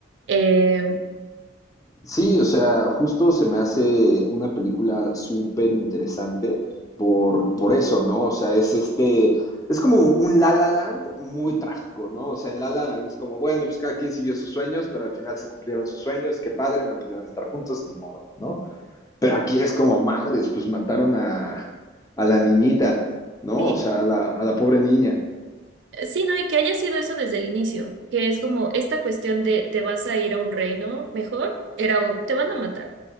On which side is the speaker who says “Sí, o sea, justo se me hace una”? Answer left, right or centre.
Left